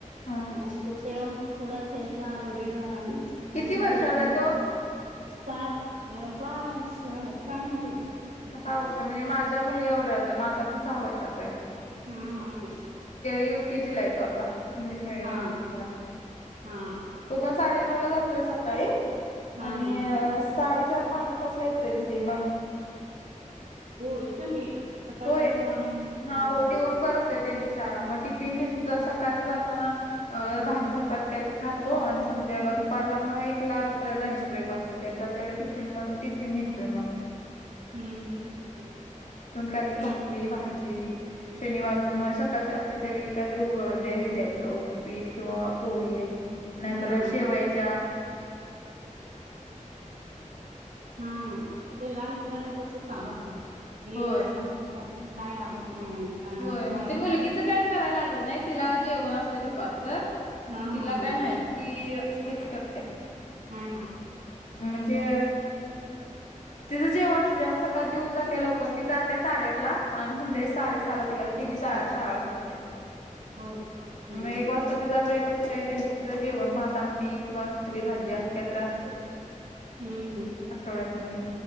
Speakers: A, on the left; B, on the right.
A: हा
B: अ तो तेव्हा थोडा खेळणार वगैरे.
A: किती
B: नंतर
A: वर्षाचा
B: ये
A: आहे तो?
B: सात सहा स सहा मध्ये. हा
A: सहा वर्ष म्हणजे माझ्या मुलगा एवढ्याचा माझा पण सहा वर्षाचा हाय.
B: हम्म हा हा.
A: यु केजी ला येतो आता इंग्लिश मिडियमला
B: हा
A: घातलाय.
B: हा
A: तो पण साडेनऊ ला जातोय सकाळी
B: हा
A: आणि.
B: ह ह
A: साडेचार पावणेपाचला येतोय घरी मग.
B: हो इतकं ईट सकाळी
A: होय
B: जातो आणि
A: हा
B: संध्याकाळी
A: हो दिवसभर
B: येतो.
A: असते त्यांची शाळा मग टिफिनेत ज सकाळच जाताना. अ भाजी चपात काय तर खातो आणि संध्याकाळ दुपारला मग एकला लंच ब्रेक त त्यांचा त्या टिफिन मग टिफिन निघसतोय मग.
B: हम्म हम्म हम्म हम्म
A: काय भाकरी भाजी शनिवारच
B: हम्म
A: मग सकाळीची शाळा. त्या काय द्यायचं उपीठ किंवा पोहे नाहीतर
B: हम्म हम्म हा हा
A: शेवाळे. <inaudible>
B: हम्म ते लहान मुलांना तर तूच आवडत ए
A: होय
B: वेच्या पातनी काज काय आवडत नाही लोकांना
A: होय मग
B: काय
A: ते मुलगीच काय करायला लागत नाही तिला जेवण असते दुपारचं.
B: हा
A: मग तिला
B: हा हा
A: काय नाही
B: हा.
A: ती हेच करत्या.
B: हा हा
A: म्हणजे
B: तेच
A: तिचं जेवण अस ते आमच. जेऊन जाते लवकर त जाते साडेआठ ला आणि संध्याकाळी साडेसात. ला तिला तिजी शाळा सुटते
B: हो का हम्म
A: मग एक वाजता तिचा ब्रेक कसं का त्यांच्या जेवण भाताअमटी किंवा खिचडी भाजी असं काहीतरी असते
B: हम्म हम्म हम्म
A: आठवड्यात नाही